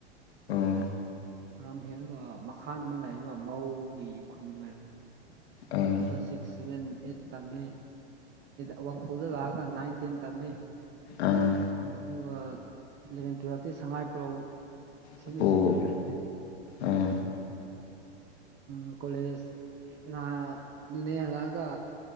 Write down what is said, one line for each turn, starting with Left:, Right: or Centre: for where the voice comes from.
Left: ꯑꯣ
Right: ꯂꯝ ꯍꯦꯜꯂꯒ ꯃꯈꯥꯗ ꯑꯃ ꯂꯩꯕ ꯃꯧꯒꯤ ꯈꯨꯟ ꯑꯣꯏꯔꯝꯅꯤ
Left: ꯑꯥ
Right: ꯑꯗꯣ ꯁꯤꯛꯁ ꯁꯚꯦꯟ ꯑꯩꯠ ꯇꯝꯃꯦ ꯑꯋꯥꯡ ꯈꯨꯜꯗ ꯂꯛꯑꯒ ꯅꯥꯏꯟ ꯇꯦꯟ ꯇꯝꯃꯤ
Left: ꯑꯥ
Right: ꯑꯗꯨꯒ ꯏꯂꯚꯦꯟ ꯇꯨꯋꯦꯜꯐꯇꯤ ꯁꯉꯥꯏꯄ꯭ꯔꯧ ꯁꯦꯅ
Left: ꯑꯣ
Right: ꯖꯣꯏꯁꯦꯕꯗ ꯇꯝꯃꯦ
Left: ꯑꯥ
Right: ꯎ ꯀꯣꯂꯦꯖ ꯅꯣꯅꯦ ꯍꯜꯂꯛꯑꯒ